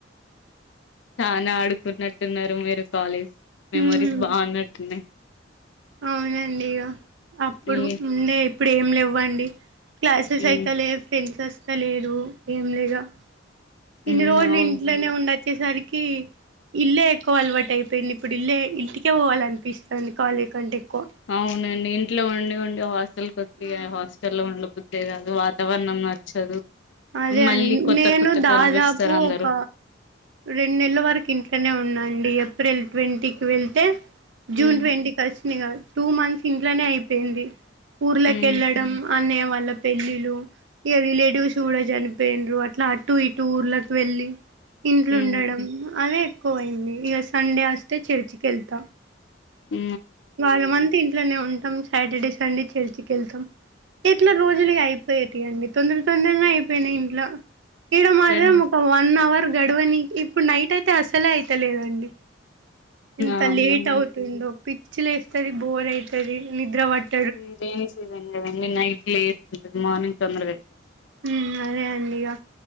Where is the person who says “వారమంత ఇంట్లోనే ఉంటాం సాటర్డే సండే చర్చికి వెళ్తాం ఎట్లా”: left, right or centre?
Right